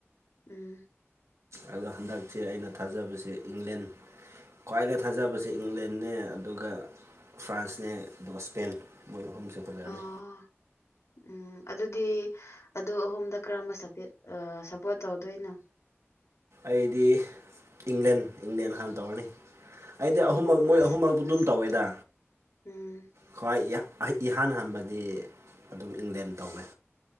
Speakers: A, on the left; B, on the right.
A: ꯎꯝ
B: ꯑꯗꯣ ꯍꯟꯗꯛꯁꯦ ꯑꯩꯅ ꯊꯥꯖꯕꯁꯦ ꯏꯪꯂꯦꯟ ꯈ꯭ꯋꯥꯏꯗꯩ ꯊꯥꯖꯕꯁꯦ ꯏꯪꯂꯦꯟꯅꯦ ꯑꯗꯨꯒ ꯐ꯭ꯔꯥꯟꯁꯅꯦ ꯑꯗꯨꯒ ꯁ꯭ꯄꯦꯟ ꯃꯣꯏ ꯑꯍꯨꯝꯁꯦ ꯐꯖꯔꯅꯤ
A: ꯑꯣ ꯎꯝ ꯑꯗꯨꯗꯤ ꯑꯗꯨ ꯑꯍꯨꯝꯗ ꯀꯔꯝꯕ ꯁꯄꯦꯠ ꯁꯞꯄꯣꯔꯠ ꯇꯧꯗꯣꯏꯅꯣ
B: ꯑꯩꯗꯤ ꯏꯪꯂꯦꯟ ꯏꯪꯂꯦꯟ ꯍꯥꯟꯅ ꯇꯧꯔꯅꯤ ꯑꯩꯗꯤ ꯑꯍꯨꯝꯃꯛ
A: ꯑꯣ
B: ꯃꯣꯏ
A: ꯑꯁ
B: ꯑꯍꯨꯝꯃꯛꯇꯨ ꯑꯗꯨꯝ ꯇꯧꯋꯦꯗ
A: ꯎꯝ
B: ꯈ꯭ꯋꯥꯏ ꯏꯍꯥꯟ ꯍꯥꯟꯕꯗꯤ ꯑꯗꯨꯝ ꯏꯪꯂꯦꯟ ꯇꯧꯋꯦ